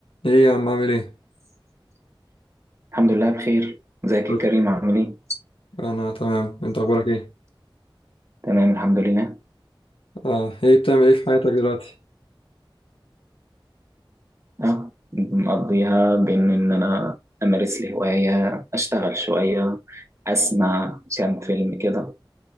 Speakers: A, on the left; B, on the right.
A: ايه يا عم عامل ايه؟
B: الحمد لله بخير ازيك
A: قلت-
B: يا كريم عامل ايه
A: انا تمام انت اخبارك ايه؟
B: تمام الحمد لله
A: اه ايه بتعمل ايه في حياتك دلوقتي؟
B: اه مقضيها بان ان انا امارس لي هوايه اشتغل شويه اسمع كام فيلم كده